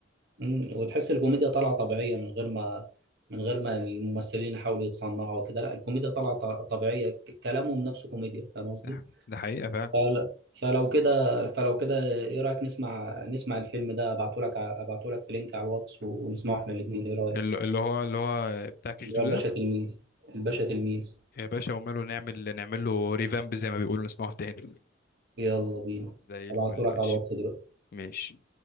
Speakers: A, on the right; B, on the left.
A: مم، وتحس الكوميديا طالعه طبيعيه من غير ما من غير ما الممثلين يحاولوا يتصنعوا وكده لا الكوميديا طالعه ط- طبيعيه ك- كلامهم نفسه كوميديا فاهم قصدي
B: ده, ده حقيقه فعلا
A: فل- فلو كده فلو كده ايه رايك نسمع نسمع الفيلم ده ابعته لك ابعته لك في لينك على الواتس ونسمعه احنا الاثنين ايه رايك
B: اللي اللي هو اللي هو بتاع كيش
A: اللي
B: دو
A: هو الباشا
B: ده
A: تلميذ الباشا تلميذ
B: يا باشا وماله نعمل نعمل له ريفامب زي ما بيقولوا نسمعه تاني
A: يلا بينا
B: <laughs> زي الفل
A: هبعتهولك
B: ماشي
A: على الواتس دلوقتي
B: ماشي